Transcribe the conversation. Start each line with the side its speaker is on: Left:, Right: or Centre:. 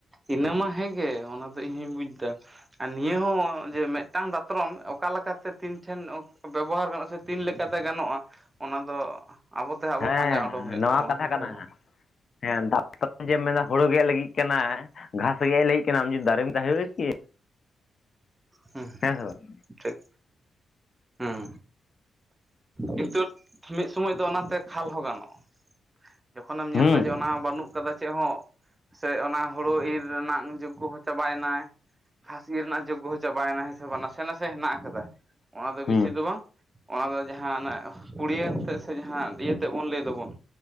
Right: ᱤᱱᱟᱹ ᱢᱟ ᱦᱮᱸᱜᱮ ᱚᱱᱟ ᱫᱚ ᱤᱧ ᱦᱚᱧ ᱵᱩᱡ ᱮᱫᱟ ᱟᱨ ᱱᱤᱭᱟᱹ ᱦᱚᱸ ᱡᱮ ᱢᱤᱫᱴᱟᱝ ᱫᱟᱛᱨᱚᱢ ᱚᱠᱟ ᱞᱮᱠᱟᱛᱮ ᱛᱤᱱ ᱴᱷᱮᱱ ᱵᱮᱵᱚᱦᱟᱨ ᱜᱟᱱᱚᱜᱼᱟ ᱥᱮ ᱛᱤᱱ ᱞᱮᱠᱟᱛᱮ ᱜᱟᱱᱚᱜᱼᱟ ᱚᱱᱟ ᱫᱚ ᱟᱵᱚ ᱛᱮ ᱦᱟᱸᱜ ᱟᱵᱚ
Left: ᱦᱮᱸ
Right: ᱯᱟᱸᱡᱟ ᱩᱰᱩᱠ ᱦᱩᱭᱩᱜ
Left: ᱱᱚᱣᱟ
Right: ᱛᱟᱵᱚᱱᱟ
Left: ᱠᱟᱛᱷᱟ
Right: ᱦᱮᱸ
Left: ᱠᱟᱱᱟ
Right: ᱥᱮ ᱵᱟᱝ
Left: ᱦᱮᱸ ᱫᱟ ᱡᱮᱢ ᱢᱮᱫᱟ <inaudible> ᱦᱩᱲᱩ ᱜᱮᱫ ᱞᱟᱹᱜᱤᱫ ᱠᱟᱱᱟ ᱜᱷᱟᱥ ᱜᱮᱫ ᱞᱟᱹᱜᱤᱫ ᱤᱢ ᱡ ᱫᱟᱨᱤᱢ ᱠᱟᱹᱟᱦᱮ ᱦᱩᱭᱩᱜ ᱠᱤ
Right: ᱦᱮᱸ
Left: ᱥᱮ ᱵᱟᱝ
Right: ᱴᱷᱤᱠ ᱦᱮᱸ ᱠᱤᱱᱛᱩ ᱢᱤᱫ ᱥᱚᱢᱚᱭ ᱫᱚ ᱚᱱᱟᱛᱮ ᱠᱷᱟᱞ ᱦᱚᱸ ᱜᱟᱱᱚᱜᱼᱟ ᱡᱚᱠᱷᱚᱱᱮᱢ ᱧᱮᱞ
Left: ᱦᱩᱸ
Right: ᱮᱫᱟ ᱡᱮ ᱚᱱᱟ ᱵᱟᱹᱱᱩᱜ ᱛᱚᱵᱮ ᱪᱮᱫ ᱦᱚᱸ ᱥᱮ ᱚᱱᱟ ᱦᱩᱲᱳ ᱤᱨ ᱨᱮᱱᱟᱜ ᱡᱳᱜᱽᱜᱚ ᱦᱚᱸ ᱪᱟᱵᱟᱭᱮᱱᱟ ᱦᱟᱥᱤ ᱨᱮᱱᱟᱜ ᱡᱩᱜᱚ ᱦᱚᱸ ᱪᱟᱵᱟ ᱮᱱᱟ ᱦᱮᱥᱮ ᱵᱟᱝ ᱱᱟᱥᱮ ᱱᱟᱥᱮ ᱦᱮᱱᱟᱜ ᱠᱟᱫᱟ ᱚᱱᱟ ᱫᱚ
Left: ᱦᱩᱸ
Right: ᱵᱤᱥᱤ ᱫᱚ ᱵᱟᱝ ᱚᱱᱟ ᱫᱚ ᱡᱟᱦᱟᱸᱱᱟᱜ ᱠᱩᱲᱤᱭᱟᱹ ᱛᱮᱫ ᱥᱮ ᱡᱟᱦᱟᱸ ᱤᱭᱟᱹ ᱛᱮᱫ ᱵᱚᱱ ᱞᱟᱹᱭ ᱫᱟᱵᱚᱱ